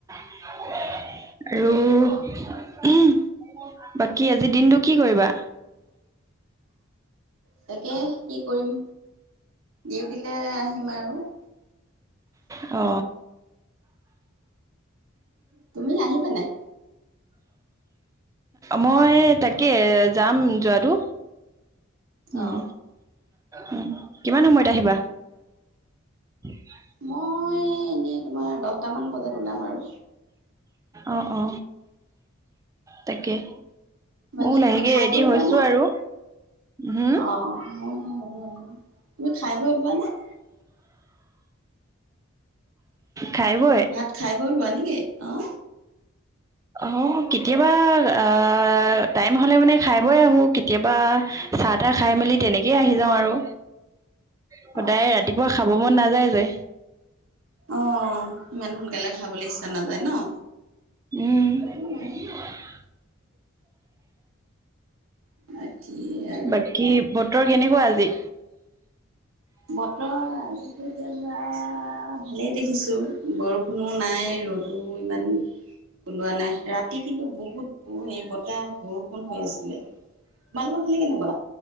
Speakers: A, on the right; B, on the right.
A: আৰু বাকী আজি দিনটো কি কৰিবা?
B: তাকে কি কৰিম ডিউটিলে আহিম আৰু।
A: অ।
B: তুমি আহিবা নাই?
A: মই তাকে যাম যোৱাটো। উম
B: অঁ
A: উম। কিমান সময়ত আহিবা? <inaudible>
B: মই এনেই তোমাৰ দহটা মান বজাত ওলাম আৰু
A: অ অ তাকে।
B: বাকী
A: মইয়ো লাহেকে
B: তুমি খাই
A: ৰেডি
B: বৈ ওলোৱা
A: হৈছো
B: নে
A: আৰু। হম
B: অঁ মোৰ হে হব আৰু। তুমি খাই বৈ ওলোৱা নে?
A: খাই বৈ।
B: ভাত খাই বৈ ওলোৱা নেকি অঁ
A: অ কেতিয়াবা আহ টাইম হলে মানে খাই বই আহো কেতিয়াবা চাহ তাহ খাই মেলি তেনেকেই আহি যাওঁ আৰু। সদায়
B: অঁ
A: ৰাতিপুৱা খাব মন নাযায় যে।
B: অঁ' ইমান সোনকালে খাবলৈ ইচ্ছা নাযায় ন'।
A: উমঁ।
B: সেইটো হয় <unintelligible> কি <unintelligible>
A: বাকী বতৰ কেনেকুৱা আজি?
B: বতৰ আজিতো এতিয়া ধৰা ভালেই দেখিছোঁ বৰষু বৰষুণো নাই ৰ'দো ইমান ওলোৱা নাই, ৰাতি কিন্তু বহুত- বতাহ, বৰষুণ হৈ আছিলে, তোমালোকৰ ফালে কেনেকুৱা?